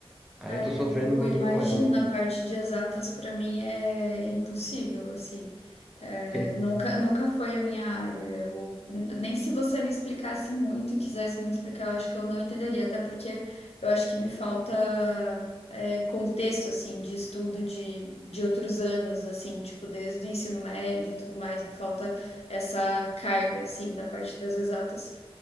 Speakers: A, in the centre; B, on the left.
A: Aí
B: Aí
A: eu tô sofrendo
B: eu
A: um pouquinho
B: imagino,
A: com ela.
B: a parte de exatas pra mim é impossível, assim. É,
A: <laughs>
B: Nunca, nunca foi a minha área. Eu- nem se você me explicasse muito e quisesse muito explicar, eu acho que eu não entenderia, até porque eu acho que me falta é, contexto, assim, de estudo de, de outros anos, assim, tipo, desde o ensino médio e tudo mais, me falta essa carga, assim, da parte das exatas.